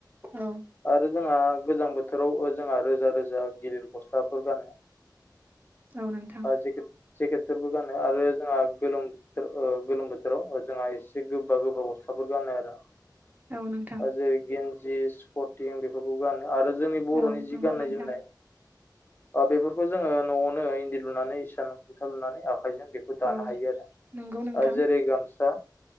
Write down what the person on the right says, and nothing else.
औ
औ नोंथां
औ नोंथां
औ
नंगौ
नोंथां
औ
नंगौ नोंथां